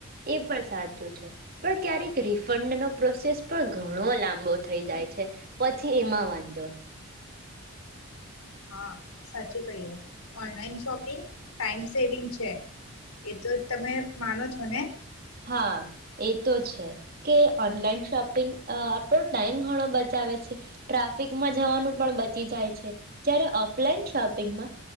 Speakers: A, on the right (about 40°); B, on the left (about 80°).
A: એ પણ સાચું છે પણ ક્યારેક રિફંડનો પ્રોસેસ પણ ઘણો લાંબો થઈ જાય છે પછી એમાં વાંધો.
B: હા સાચું કહ્યું ઓનલાઈન શોપિંગ ટાઈમ સેવિંગ છે એતો તમે માનો છો ને?
A: હા એ તો છે કે ઓનલાઈન શોપિંગ આપણો ટાઈમ ઘણો બચાવે છે ટ્રાફિકમાં જવાનું પણ બચી જાય છે જ્યારે ઓફલાઈન શોપિંગમાં